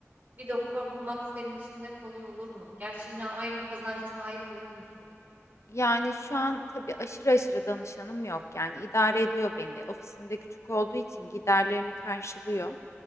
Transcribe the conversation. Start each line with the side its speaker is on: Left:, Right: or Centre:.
Right: bir doktor bulmak senin için de kolay olur mu? Gerçi yine aynı kazanca sahip olur musun?
Left: Yani şu an tabii aşırı aşırı danışanım yok. Yani idare ediyor beni. Ofisimde küçük olduğu için giderlerini karşılıyor.